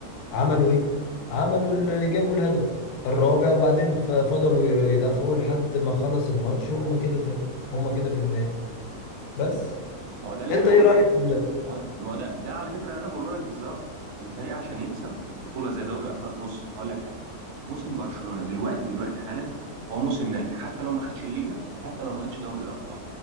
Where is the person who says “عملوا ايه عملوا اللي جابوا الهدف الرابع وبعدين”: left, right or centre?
Left